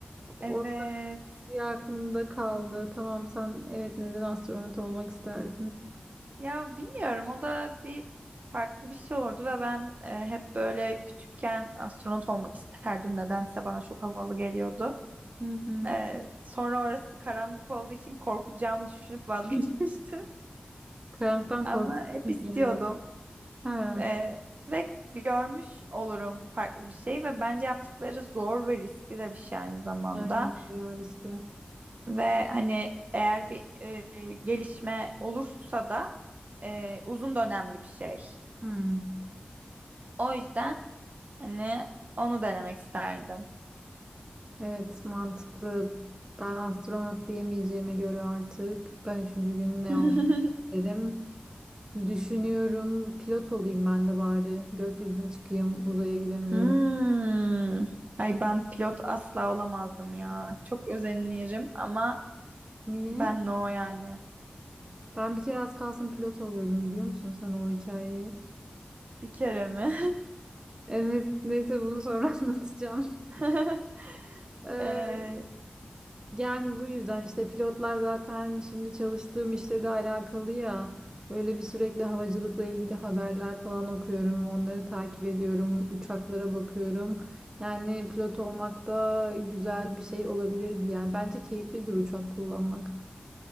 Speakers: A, on the right (about 25°); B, on the right (about 55°).
A: O
B: Evet.
A: bir aklımda kaldı. Tamam sen evet neden astronot olmak isterdin?
B: Ya bilmiyorum o da bir farklı bir şey oldu ve ben e, hep böyle küçükken astronot olmak isterdim. Nedense bana çok havalı geliyordu.
A: Hı hı.
B: E, sonra orası karanlık olduğu için korkacağımı düşünüp vazgeçmiştim.
A: <laughs> Karanlıktan
B: <laughs> Ama
A: korkuyorum
B: hep istiyordum.
A: genel olarak. Ha,
B: E, ve görmüş olurum farklı bir şey ve bence yaptıkları zor ve riskli de bir şey aynı zamanda.
A: aynen bayağı riskli.
B: Ve hani eğer bir e, gelişme olursa da e, uzun dönemli bir şey.
A: Hmm.
B: O yüzden hani onu denemek isterdim.
A: Evet mantıklı. Ben astronot diyemeyeceğime göre artık ben üçüncü gün ne
B: <laughs>
A: olmak isterim. Düşünüyorum pilot olayım ben de bari. Gökyüzüne çıkayım uzaya gidemiyorum.
B: Hmm. Ay
A: Git-
B: ben pilot asla olamazdım ya. Çok özenirim ama
A: Niye?
B: ben no yani.
A: Ben bir kere az kalsın pilot oluyordum biliyor musun sen o hikayeyi? <laughs>
B: Bir kere mi?
A: Evet neyse bunu sonra <laughs> anlatacağım.
B: <laughs>
A: Ee,
B: Ee,
A: Yani bu yüzden işte pilotlar zaten şimdi çalıştığım işle de alakalı ya. Böyle bir sürekli havacılıkla ilgili haberler falan okuyorum. Onları takip ediyorum. Uçaklara bakıyorum. Yani pilot olmak da güzel bir şey olabilirdi yani. Bence keyiflidir uçak kullanmak.